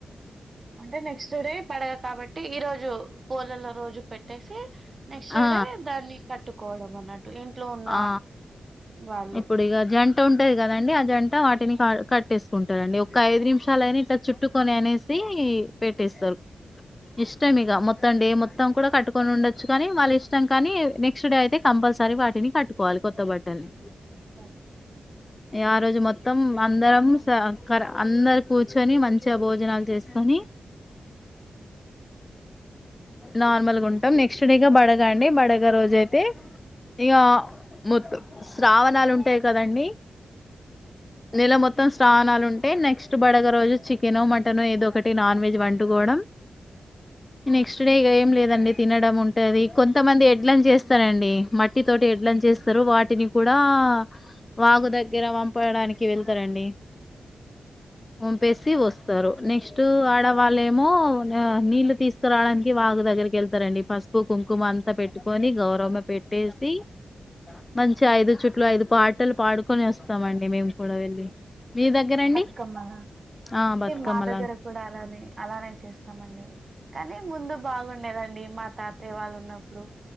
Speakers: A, on the right; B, on the left.
A: అంటే నెక్స్ట్ డే బడగ కాబట్టి ఈ రోజు పోలలో రోజు పెట్టేసి నెక్స్ట్
B: ఆ
A: డే దాన్ని కట్టుకోవడం అన్నట్టు ఇంట్లో ఉన్న
B: ఆ
A: వాళ్ళు
B: ఇప్పుడు ఇక జంట ఉంటది కదండి ఆ జంట వాటిని కట్టేసుకుంటరండి ఒక ఐదు నిమిషాలయినా ఇట్లా చుట్టుకొని అనేసి పెట్టేస్తారు ఇష్టం ఇగ మొత్తం డే మొత్ మొత్తం కూడా కట్టుకొని ఉండచ్చు కానీ వాళ్ళ ఇష్టం కానీ నెక్స్ట్ డే అయితే కంపల్సరీ వాటిని కట్టుకోవాలి కొత్త బట్టల్ని
A: ఓ
B: ఆ రోజు మొత్తం అందరం కర అందరు కూర్చొని మంచిగ భోజనాలు చేసుకొని
A: ఉ
B: నార్మల్గా ఉంటాం నెక్ నెక్స్ట్ డే ఇగ బడగండి బడగ రోజయితే ఇక మొత్తం శ్రావణాలు ఉంటాయి కదండి నెల మొత్తం శ్రావణాలు ఉంటా టె నెక్స్ట్ బడగ రోజు చికెను మటన్ ఏదో ఒకటి నాన్ వెజ్ వండుకోవడం నెక్స్ట్ డే ఇక ఏం లేదండి తినడం ఉంటది కొంతమంది ఎడ్లను చేస్తరండి మట్ ట్టి తోటి ఎడ్లను చేస్తరు వాటిని కూడా వాగు దగ్గర పంపడానికి వెళ్తరండి పంపేసి వస్తారు నెక్స్ట్ ఆ వాళ్ళేమో నీళ్లు తీసుకురావడానికి వాగు దగ్గరికి వెళ్తరండి ఫస్ట్ పసుపు కుంకుమ అంత పెట్టుకొని గౌరమ్మ పెట్టేసి మంచిగ ఐదు చుట్లు ఐదు పాటలు పాడుకొని వస్తమండి మేము కూడా వెళ్ళి మీ దగ్గర అండి
A: బతుకమ్మనా
B: ఆ బతుకమ్మలా
A: మా దగ్గర కూడా అలానే అలానే చేస్తామండి కానీ ముందు బాగుండేదండి మా తాత వాళ్ళు ఉన్నప్పుడు